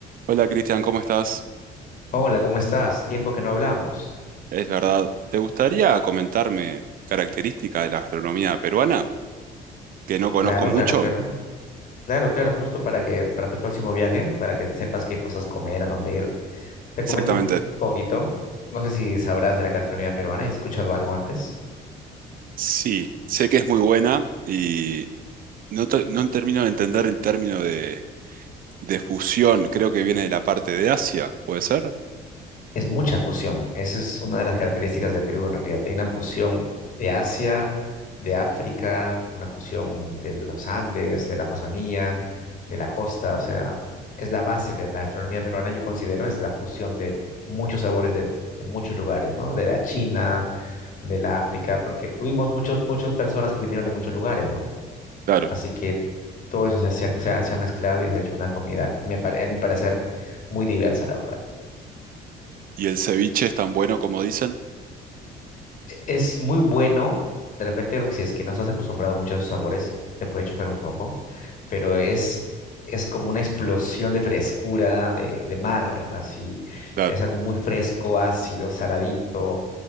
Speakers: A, on the right; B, on the left.
A: Hola Cristian, ¿cómo estás?
B: Hola, ¿cómo estás? Tiempo que no hablamos.
A: Es verdad, ¿te gustaría comentarme características de la gastronomía peruana que no conozco
B: Claro,
A: mucho?
B: claro, claro. Claro, claro, justo para que para tu próximo viaje, para que sepas qué cosas comer, a dónde ir. Te
A: Exactamente.
B: comento un poquito. No sé si sabrás de la gastronomía peruana. ¿Has escuchado algo antes?
A: Sí, sé que es muy buena y no, te- no termino de entender el término de, de fusión, creo que viene de la parte de Asia, ¿puede ser?
B: Es mucha fusión. Esa es una de las características de Perú en realidad. Hay una fusión de Asia, de África, una fusión de los Andes, de la Amazonía, de la costa. O sea, es la base de la gastronomía peruana, yo considero, es la fusión de muchos sabores de, de muchos lugares, ¿no? De la China, de la África, porque tuvimos muchos, muchas personas que vinieron de muchos lugares, ¿no?
A: Claro.
B: Así que todo eso se, ha- se ha se ha mezclado y se ha hecho una comida, me pare- a mi parecer, muy diversa, la verdad.
A: ¿Y el ceviche es tan bueno como dicen?
B: Es muy bueno. De repente, si es que no estás acostumbrado mucho a esos sabores, te puede chocar un poco, pero es, es como una explosión de frescura, de, de mar, así.
A: Claro.
B: Es algo muy fresco, ácido, saladito.